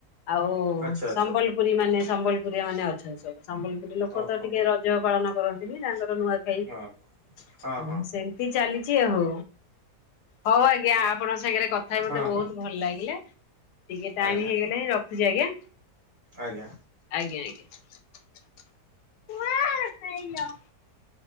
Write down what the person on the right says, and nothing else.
ଆଚ୍ଛା ଆଚ୍ଛା
ଓହୋ
ହଁ ହଁ ହଁ
ହଁ
ହଁ
ଆଜ୍ଞା
ଆଜ୍ଞା